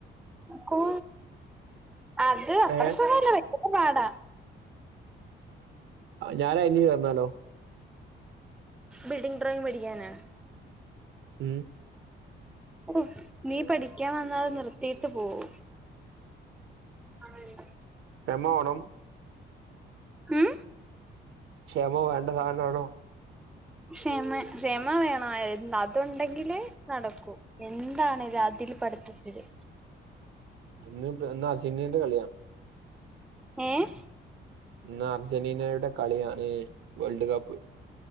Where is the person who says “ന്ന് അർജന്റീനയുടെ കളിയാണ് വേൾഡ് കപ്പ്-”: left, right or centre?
Right